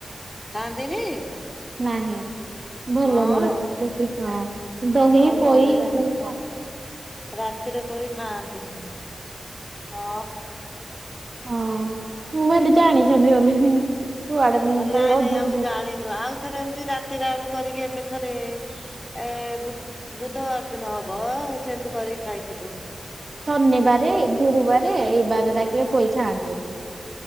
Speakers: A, on the left; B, on the right.
A: ଖାଆନ୍ତିନି?
B: ନାହିଁ ଭଲ
A: ହଁ
B: ନୁହଁ ରାତିରେ ଦହି
A: ଆଉ ମୁଁ
B: ପୋଇ
A: ଆମେ ଜାଣିନୁ
B: ଏସବୁ
A: ରାତିରେ ପୋଇ ଖାଆନ୍ତିନି ହଁ।
B: ହଁ। କୁଆଡେ ମୁଁ
A: ନାଇଁ
B: ଯେ ଅଧିକ
A: ନାଇଁ ଆମେ ଜାଣିନୁ ଆଉ ଥରେ ଏମତି ରାତିରେ ଆମେ କରିକି ଏବେ ଥରେ ଏ ବୁଧବାର ଦିନ ହବ ସେମତି କରିକି ଖାଇଥିଲୁ।
B: ଶନିବାର, ଗୁରୁବାର ଏଇ ବାରରାକେ ପୋଇ ଖାଆନ୍ତିନି।